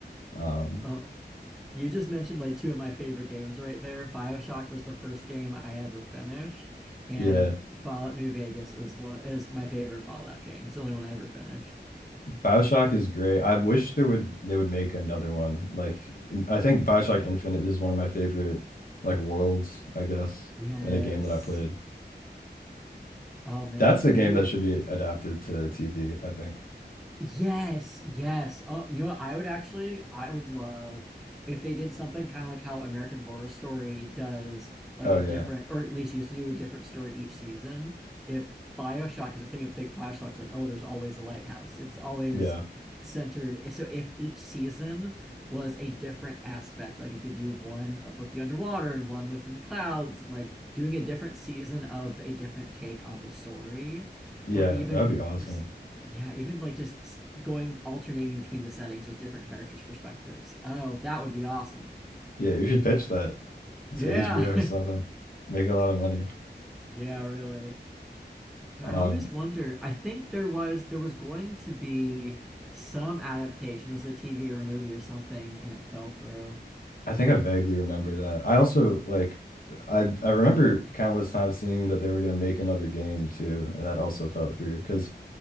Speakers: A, on the left; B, in the centre.
A: Um,
B: Oh, You just mentioned like two of my favorite games right there. BioShock was the first game I ever finished, and
A: yeah.
B: Fallout New Vegas is one is my favorite Fallout game. It's the only one I ever finished.
A: BioShock is great. I wish there would they would make another one. Like in- I think BioShock Infinite is one of my favorite like worlds, I guess,
B: Yes.
A: in a game that I played.
B: Oh man.
A: That's a
B: And
A: game
B: the
A: that should be adapted to TV, I think.
B: Yes, yes. Oh, you know what? I would actually, I would love if they did something kind of like how American Horror Story does, like
A: Oh
B: a
A: yeah.
B: different, or at least used to do a different story each season. If BioShock, because the thing with Big BioShock's like, oh, there's always a lighthouse. It's always
A: Yeah.
B: centered. So if each season was a different aspect, like you could do one with the underwater and one within the clouds, and like doing a different season of a different take on the story,
A: Yeah,
B: or even.
A: that would be awesome.
B: Yeah, even like just s- going alternating between the settings with different characters' perspectives. Oh, that would be awesome.
A: Yeah, you should pitch that
B: Yeah.
A: to HBO or
B: <laughs>
A: something. Make a lot of money.
B: Yeah, really. Yeah,
A: Um,
B: I always wonder. I think there was there was going to be some adaptation as a TV or a movie or something, and it fell through.
A: I think I vaguely remember that. I also like I I remember countless times seeing that they were gonna make another game too, and that also fell through because